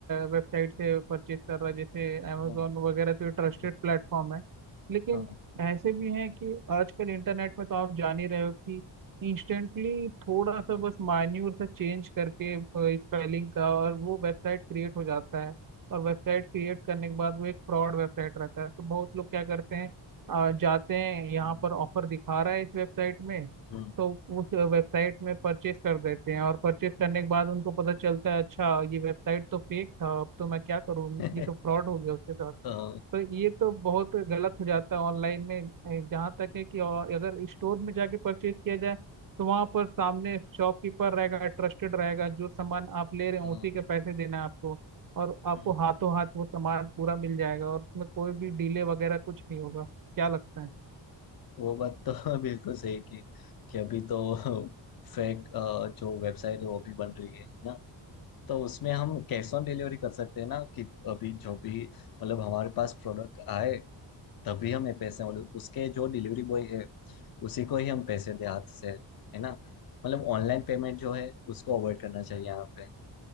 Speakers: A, on the right; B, on the left.
A: वेबसाइट से परचेज कर रहा है जैसे अमेजोन
B: हाँ
A: वगैरह तो ट्रस्टेड
B: हम्म,
A: प्लेटफॉर्म है लेकिन
B: हाँ
A: ऐसे भी हैं कि आजकल इंटरनेट में तो आप जान ही रहे हो कि इंस्टेंटली थोड़ा सा बस मान्यूर सा चेंज करके स्पेलिंग का और वो वेबसाइट क्रिएट हो जाता है और वेबसाइट क्रिएट करने के बाद वो एक फ्रॉड वेबसाइट रहता है तो बहुत लोग क्या करते हैं आ, जाते हैं यहाँ
B: हम्म,
A: पर ऑफर दिखा रहा है इस वेबसाइट में
B: हम्म।
A: तो उस वेबसाइट में परचेस कर देते हैं और परचेस करने के बाद उनको पता चलता है अच्छा ये वेबसाइट तो फेक था अब तो मैं क्या करूँ
B: <laughs>
A: ये तो फ्रॉड हो गया उसके साथ
B: हाँ,
A: तो ये तो बहुत गलत हो जाता है ऑनलाइन में ए, जहाँ तक है कि और अगर स्टोर में जाके परचेज किया जाए तो वहाँ पर सामने शॉपकीपर रहेगा ट्रस्टेड रहेगा जो सामान आप ले रहे हो
B: हाँ,
A: उसी के पैसे देना है आपको और आपको
B: हम्म,
A: हाथों हाथ वो सामान पूरा मिल जाएगा और उसमें कोई भी
B: हम्म।
A: डिले वगैरह कुछ नहीं होगा क्या लगता है
B: वो बात तो <laughs> बिल्कुल सही की कि अभी तो <laughs> फेक जो वेबसाइट है वो भी बन रही है ना, तो उसमें हम कैश ऑन डिलीवरी कर सकते हैं ना कि अभी जो भी मतलब हमारे पास प्रोडक्ट आए तभी हमें पैसे मतलब उसके जो डिलीवरी बॉय है उसी को ही हम पैसे दे हाथ से है ना मतलब ऑनलाइन पेमेंट जो है उसको अवॉइड करना चाहिए यहाँ पे